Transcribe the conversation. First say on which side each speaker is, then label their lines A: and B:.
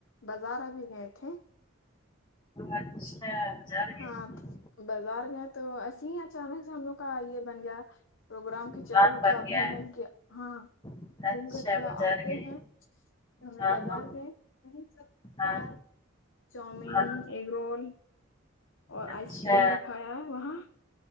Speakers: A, on the left; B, on the left.
A: بازار ابھی گئے تھے
B: اچھا بازار گئی
A: ہاں
B: تھی
A: بازار گئے تو ایسے ہی اچانک سے ہم لوگ کا یے بن گیا پروگرام
B: پلان
A: کی چلو
B: بن
A: تھوڑا
B: گیا
A: گھوم وم کے ہاں
B: ہے
A: گھوم
B: اچھا
A: کے تھوڑا
B: بازار
A: آتے
B: گئی
A: ہیں تو ہم لوگ
B: ہاں
A: بازار
B: ہاں
A: گئے وہیں سب کھایا
B: ہاں
A: چاؤمین
B: ہاں،
A: ایگ رول اور
B: اچھا
A: آئس کریم بھی کھایا ہے وہاں